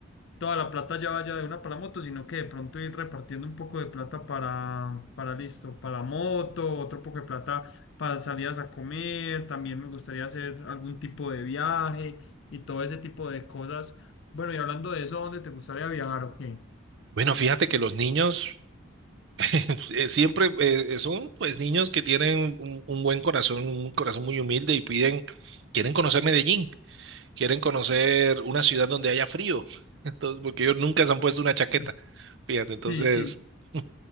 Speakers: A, on the left (about 60°); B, on the right (about 60°).
A: toda la plata ya vaya de una para la moto, sino que de pronto ir repartiendo un poco de plata para, para listo, para la moto, otro poco de plata para salidas a comer, también me gustaría hacer algún tipo de viaje y todo ese tipo de cosas. Bueno, y hablando de eso, ¿a dónde te gustaría viajar o qué?
B: Bueno, fíjate que los niños <laughs> eh, siempre eh, son pues niños que tienen un, un buen corazón, un corazón muy humilde y piden, quieren conocer Medellín, quieren conocer una ciudad donde haya frío. Entonces, porque ellos nunca se han puesto una chaqueta.
A: <laughs>
B: Fíjate, entonces
A: Sí, sí,
B: <laughs>